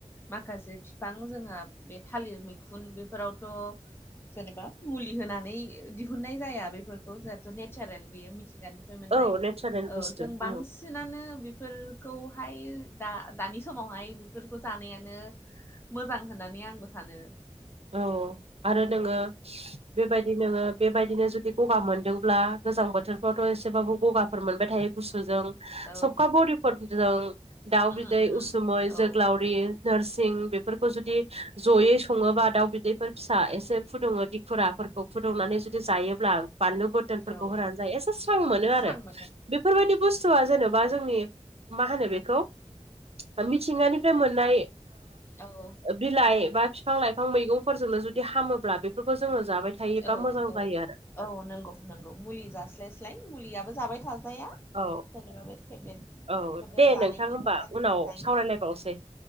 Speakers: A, on the left; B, on the right.
A: माखासे फिफां जोंहा बे थालिर मैखुन बेफोरावथ' जेनेबा मुलि होनानै दिहुननाय जाया बेफोरखौ जहेथु नेचारेल बेयो मिथिंगानि फाय मोननाय
B: औ नेचारेल
A: औ
B: बुस्थु
A: जों बांसिनानो
B: उम।
A: बेफोरखौहाय दा दानि समावहाय बेफोरखौ जानायानो मोजां होननानै आंबो सानो
B: औ आरो नोङो
A: औ
B: बेबायदि नोङो बेबायदिनो जुदि गगा मोनदोंब्ला गोजां बोथोरफ्रावथ' एसेबाबो गगाफोर मोनबाय थायो गुसुजों
A: औ
B: सबखा बरिफोरजों दाउ
A: उम
B: बिदै
A: उम
B: उसुमै
A: औ
B: जोग्लावरि नोरसिं बेफोरखौ जुदि जयै सङोबा दाउ बिदैफोर फिसा एसे फुदुङो दिखुराफोरखौ फुदुंनानै जुदि जायोब्ला बानलु बो दोनफोरखौ
A: औ
B: होनानै जायो एसे स्रां मोनो
A: एसे स्रां
B: आरो
A: मोनो
B: बेफोरबायदि बुस्थुआ जेनेबा जोंनि मा होनो बेखौ मिथिंगानिफ्राय मोननाय
A: औ
B: बिलाइ बा फिफां लाइफां मैगं फोरजोंनो जुदि हामोब्ला बेफोरखौ जोङो जाबाय थायोबा
A: औ
B: मोजां
A: औ
B: जायो आरो
A: औ नंगौ नंगौ मुलि जास्लायस्लाय मुलियाबो जाबाय थाजाया
B: औ
A: जेनेबा बे टेब्लेट
B: औ
A: बेफोरो
B: दे
A: जानायनिबो
B: नोंथां होमबा
A: साइड
B: उनाव
A: इफेक्ट थायो
B: सावरायलायबावसै